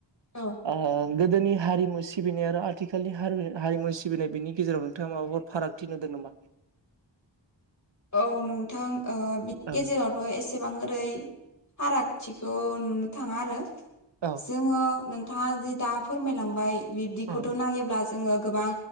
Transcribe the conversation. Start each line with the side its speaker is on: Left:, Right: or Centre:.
Left: औ
Right: ओ गोदोनि हारिमु सि सिबिनाय आरो आथिखालनि हारि हारिमु सिबिनाय बिनि गेजेराव नोंथाङा माबाफोर फारागथि नुदों नामा?
Left: औ नोंथां ओ बिनि
Right: औ
Left: गेजेराव बो एसेबां ओरै फारागथिखौ नुनो थाङा आरो।
Right: औ
Left: जोङो नोंथाङा जि दा फोरमायलांबाय बिब्दिखौथ'
Right: औ
Left: नायोब्ला जो ङो गोबां